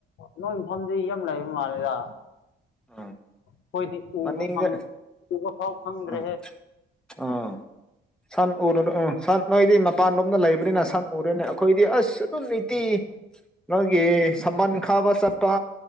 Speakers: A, on the left; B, in the centre.
A: ꯅꯣꯏ ꯃꯐꯝꯗꯤ ꯌꯥꯝ ꯂꯩꯕ ꯃꯥꯜꯂꯦꯗ
B: ꯑꯥ
A: ꯑꯩꯈꯣꯏꯗꯤ ꯎꯕ
B: ꯃꯅꯤꯡꯗ
A: ꯐꯪ ꯎꯕ ꯐꯥꯎ ꯐꯪꯗ꯭ꯔꯦꯍꯦ
B: ꯑꯥ ꯑꯥ ꯁꯛ ꯎꯔꯕ ꯑꯦ ꯁꯟ ꯅꯣꯏꯗꯤ ꯃꯄꯥꯟ ꯂꯣꯝꯗ ꯂꯩꯕꯅꯤꯅ ꯁꯟ ꯎꯔꯣꯏꯅꯦ ꯑꯩꯈꯣꯏꯗꯤ ꯑꯁ ꯑꯗꯨꯝ ꯅꯤꯇꯤ ꯅꯪꯒꯤ ꯁꯝꯕꯟ ꯈꯥꯕ ꯁꯠꯄ